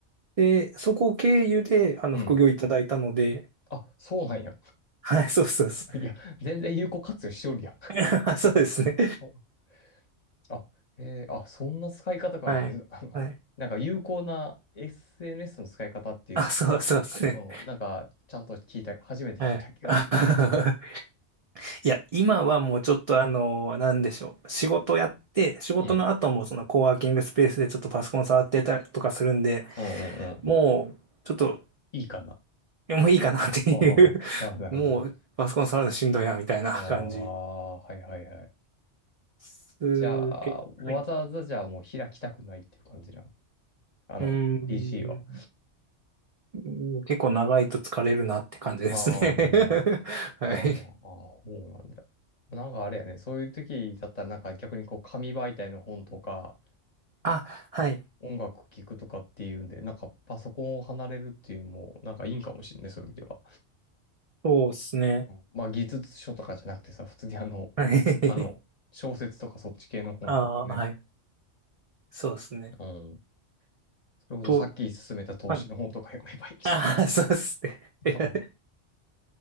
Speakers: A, on the right; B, on the left.
A: で、そこを経由で、あの、
B: うん。
A: 副業いただいたので、
B: あ、そうなんや。
A: はい、そうそうです。
B: <laughs> いや、全然有効活用しおるやん。
A: <laughs> そうですね。
B: <laughs> あ、へえ、あ、そんな使い方があるんです。
A: はい。
B: <laughs> あの、
A: はい。
B: なんか有効な SNS の使い方っていうのを、
A: あ、そうそうですね。
B: おなんか、ちゃんと聞いた、初めて聞いた気がする。
A: はい。<laughs> いや、今はもうちょっとあの、なんでしょう。仕事やって、仕事の後もそのコワーキングスペースでちょっとパソコン触ってたりとかするんで、
B: うん。うんうんうん。
A: もう、ちょっと、
B: いいかな。
A: いやもういいかなっていう
B: あーあーなるほど。
A: <laughs> もう、パソコン触るのしんどいな、みたいな感じ。
B: ああ、はいはいはい。
A: す
B: じゃあ、
A: け、
B: わざわざじゃあもう開きたくないっていう感じなの。
A: はい。う
B: あの、
A: ーん、
B: PC は。
A: うん結構長いと疲れるなって感じですね
B: ああ、そ
A: <laughs> はい。
B: うやな。ああ、そうなんだ。なんかあれやね、そういう時だったらなんか逆にこう紙媒体の本とか、
A: あ、はい。
B: 音楽聴くとかっていうんで、なんかパソコンを離れるっていうのも、なんかいいんかもしれない、そういう意味では。
A: そうですね。
B: うんまあ技術書とかじゃなくてさ、普通にあの、
A: はい。
B: あの、小説とかそっち系の本とかね。
A: ああ、はい。そうですね。
B: うん。それこそさっき勧めた投資の本とか読めばいいんじゃ
A: と、はい <laughs> ああ、そうっすね。
B: ないかな
A: <laughs>